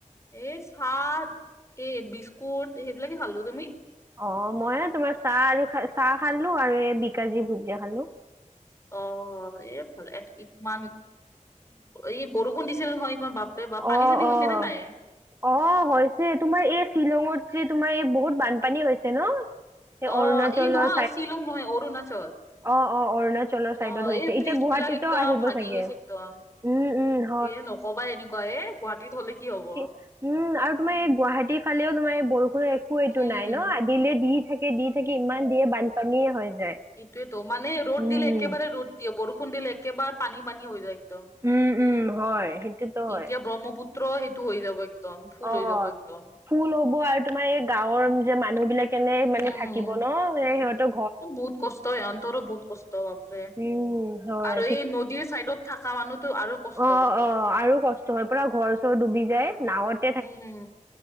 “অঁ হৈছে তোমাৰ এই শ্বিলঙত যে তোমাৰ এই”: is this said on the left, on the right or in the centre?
Right